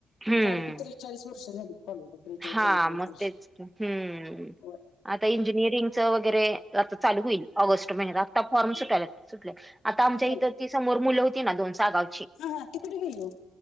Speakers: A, in the centre; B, on the left.
A: हम्म
B: झाले की त्रेचाळीस वर्ष झालीत कॉलेजला त्रेचाळीस
A: हा
B: चववेचाळीस
A: मग
B: वर्ष
A: तेच की हम्म.
B: हो
A: आता इंजिनिअरिंगच वगैरे आता चालू होईल ऑगस्ट महिन्यात
B: हा
A: आता फॉर्म सुटाला सुटले आता आमच्या
B: होय
A: इथ ती समोर मुलं होती ना दोन साहागाव
B: हा ह कुठ गेली ओ